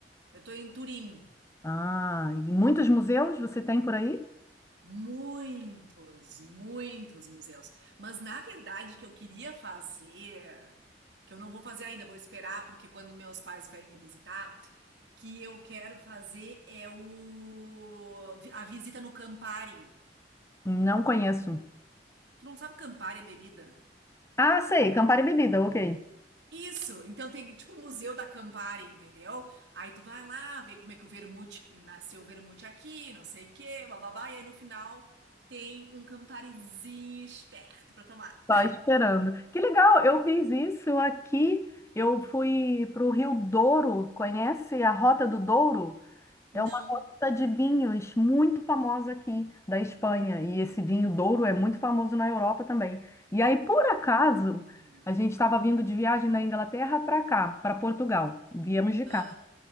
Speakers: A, on the right; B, on the left.
A: Eu tô em Turim,
B: Ah, e muitos museus você tem por aí?
A: muitos, muitos museus. Mas na verdade que eu queria fazer, que eu não vou fazer ainda, vou esperar, porque quando meus pais vierem me visitar, que eu quero fazer é o a visita no Campari.
B: Não conheço.
A: Tu não sabe Campari é bebida?
B: Ah, sei, Campari Bebida, ok.
A: Isso, então tem tipo o Museu da Campari, entendeu? Aí tu vai lá ver como é que o vermute nasceu o vermute aqui, não sei o quê, bababá, e aí no final tem um Camparizinho esperto pra tomar.
B: Só esperando. Que legal, eu fiz isso aqui. Eu fui para o Rio Douro, conhece a Rota do Douro? É
A: Não.
B: uma rota de vinhos muito famosa aqui da Espanha. E esse vinho Douro é muito famoso na Europa também. E aí,
A: Hum.
B: por acaso, a gente estava vindo de viagem da Inglaterra para cá, para Portugal. Viemos de
A: Ah,
B: carro.